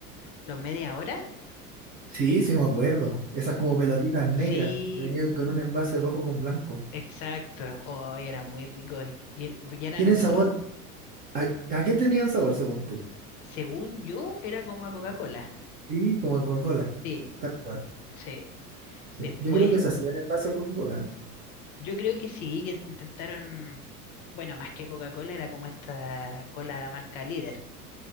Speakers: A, on the left; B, on the right.
A: los media hora?
B: Sí, sí me acuerdo. Esas como pelotitas negras
A: Sí,
B: que venían
A: mm,
B: con un envase rojo con blanco.
A: exacto. Hoy eran muy ricos. Y, y eran,
B: ¿Tienen sabor?
A: r-
B: ¿A, a qué tenían sabor según tú?
A: según yo, era como a Coca-Cola.
B: Sí, como a Coca-Cola,
A: Sí,
B: tal cual.
A: sí.
B: sí.
A: Después,
B: Yo creo que se hacían en base a Coca-Cola.
A: yo creo que sí, que intentaron, bueno, más que Coca-Cola, era como esta cola marca líder.